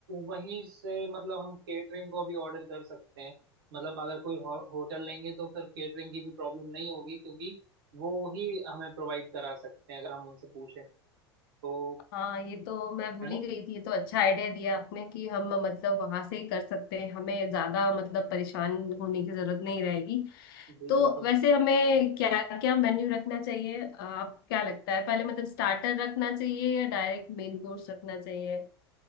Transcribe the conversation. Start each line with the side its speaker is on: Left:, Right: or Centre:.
Right: वहीं से मतलब हम केटरिंग को भी ऑर्डर कर सकते हैं मतलब अगर कोई हो, होटल लेंगे तो फिर केटरिंग की भी प्रॉब्लम नहीं होगी क्योंकि वो ही हमें प्रोवाइड करा सकते हैं अगर हम उनसे पूछें तो
Left: हाँ ये तो मैं भूल
Right: है ना
Left: ही गई थी ये तो अच्छा आइडिया दिया आपने कि हम मतलब वहां से ही कर सकते हैं हमें ज्यादा मतलब परेशान होने की जरूरत नहीं रहेगी
Right: जी
Left: तो
Right: बिल्कुल
Left: वैसे हमें क्या क्या मेन्यू रखना चाहिए आप क्या लगता है पहले मतलब स्टार्टर रखना चाहिए या डायरेक्ट मेन कोर्स रखना चाहिए